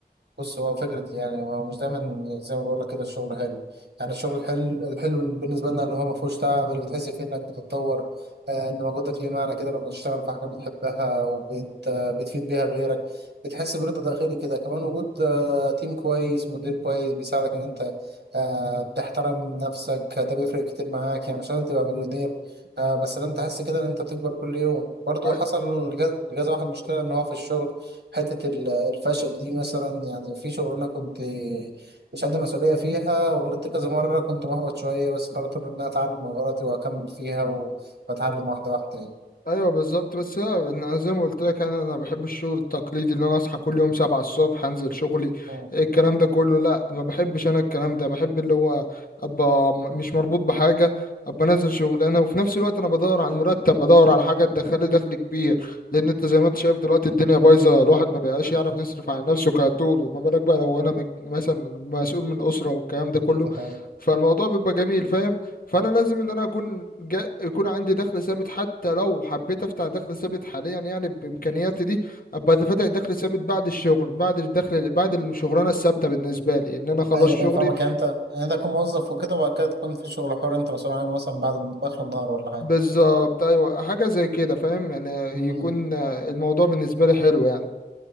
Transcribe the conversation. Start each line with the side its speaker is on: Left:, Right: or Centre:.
Right: بص هو فكرة يعني هو مش دايما زي ما بقول لك كده الشغل حلو يعني الشغل الحلو الحلو بالنسبة لنا اللي هو ما فيهوش تعب اللي بتحس فيه انك بتتطور آه، ان مجهودك ليه معنى كده لما تشتغل في حاجة بتحبها وبت آه، بتفيد بيها غيرك بتحس برضا داخلي كده كمان وجود آه، تيم كويس مدير كويس بيساعدك ان انت آه، بتحترم نفسك ده بيفرق كتير معاك يعني مش لازم تبقى مليونير آه، بس لازم تحس كده ان انت بتكبر كل يوم برضه
Left: أي-
Right: حصل لجاز لجاز واحد مشكلة ان هو في الشغل حتة ال- الفشل دي مثلا يعني في شغلانة كنت مش قد مسؤولية فيها وغلطت كذا مرة كنت محبط شوية بس قررت إن أنا أتعلم من غلطي وأكمل فيها و- وأتعلم واحدة واحدة يعني
Left: ايوه بالظبط بس لا، انا زي ما قلت لك انا انا بحب الشغل التقليدي اللي انا اصحى كل يوم سبعة الصبح انزل شغلي
Right: مم.
Left: الكلام ده كله لا ما بحبش انا الكلام ده بحب اللي هو ابقى م- مش مربوط بحاجه ابقى نازل شغلانه وفي نفس الوقت انا بدور على المرتب بدور على حاجه تدخلي دخل كبير لان انت زي ما انت شايف دلوقتي الدنيا بايظه الواحد ما بقاش يعرف يصرف على نفسه كطوله ما بالك بقى لو انا مج- مثلا مسؤول من اسره والكلام ده كله
Right: ده حقيقي.
Left: فالموضوع بيبقى جميل فاهم فانا لازم ان انا اكون جا... يكون عندي دخل ثابت حتى لو حبيت افتح دخل ثابت حاليا يعني بامكانياتي دي ابقى فاتح دخل ثابت بعد الشغل بعد الدخل بعد الشغلانه الثابته بالنسبه لي ان انا خلص
Right: أيوة
Left: شغلي
Right: أنا فاهمك يعني أنت يعني أنت تكون موظف وكده وبعد كده تكون في شغل حر أنت مسؤول عنه مثلا بعد بعد آخر النهار ولا حاجة.
Left: بالظبط ايوه حاجه زي كده فاهم يعني
Right: مم.
Left: يكون آه، الموضوع بالنسبه لي حلو يعني